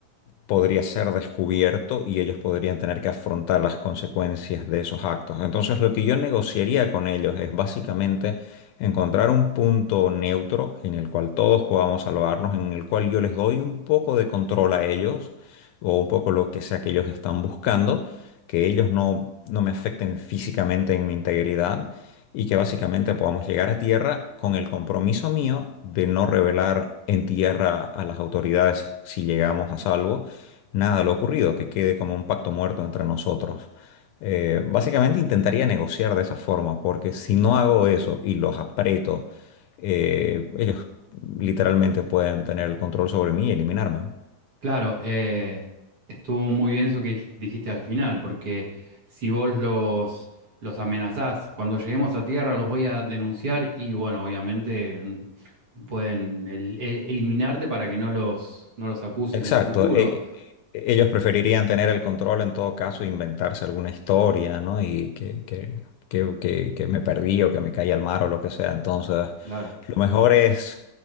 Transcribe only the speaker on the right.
Claro, eh, estuvo muy bien eso que dij- dijiste al final, porque si vos los, los amenazás, cuando lleguemos a tierra los voy a denunciar y bueno, obviamente n- pueden el- e- eliminarte para que no los, no los acuses
en el futuro.
Claro.